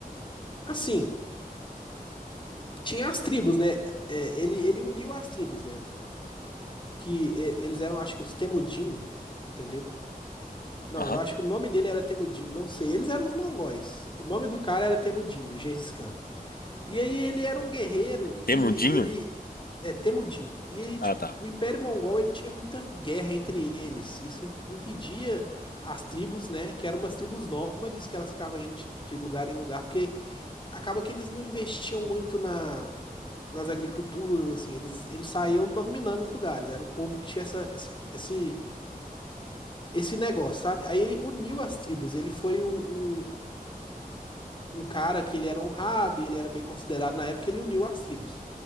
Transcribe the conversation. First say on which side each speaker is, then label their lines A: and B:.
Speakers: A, on the left (about 30°); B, on the left (about 75°).
A: assim, tinha as tribos, né? É, ele, ele uniu as tribos, né? Que é, eles eram, acho que os Temudin, entendeu? Não,
B: Aham.
A: eu acho que o nome dele era Temudin, não sei. Eles eram os mongóis. O nome do cara era Temudin, Gengis Khan. E aí ele era um guerreiro que
B: Tem mundinho?
A: ele é Temujin. E aí, tipo,
B: Ah, tá.
A: o Império Mongol ele tinha muita guerra entre eles. Isso im- impedia as tribos, né? Que eram umas tribos nômades que elas ficavam indo de, de lugar em lugar, porque acaba que eles não investiam muito na, nas agriculturas, assim, eles, eles saíam dominando os lugares. Era um povo que tinha essa, esse, esse, esse negócio, sabe? Aí ele uniu as tribos. Ele foi o- um, um cara que ele era honrado e ele era bem considerado na época, ele uniu as tribos.